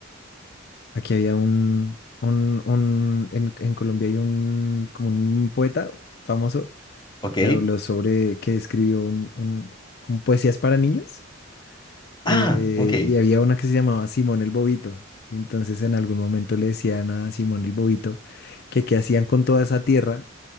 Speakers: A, on the left (about 50°); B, on the left (about 20°).
A: Aquí había un, un, un en, en Colombia hay un, como un poeta famoso
B: Ok.
A: que habló sobre, que escribió un, un, como poesías para niños. eh,
B: Ah, ok.
A: y había una que se llamaba Simón el Bobito. Entonces en algún momento le decían a Simón el Bobito que qué hacían con toda esa tierra